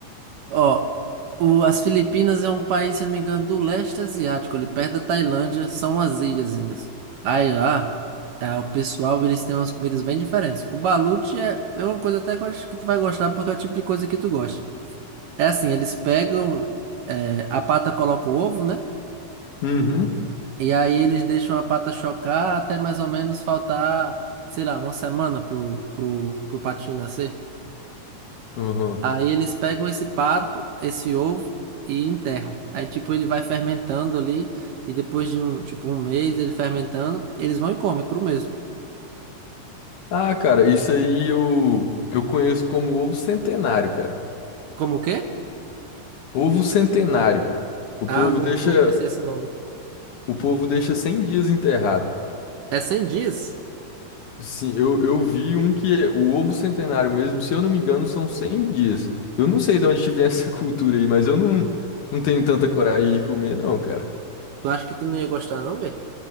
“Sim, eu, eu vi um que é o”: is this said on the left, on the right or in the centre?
Left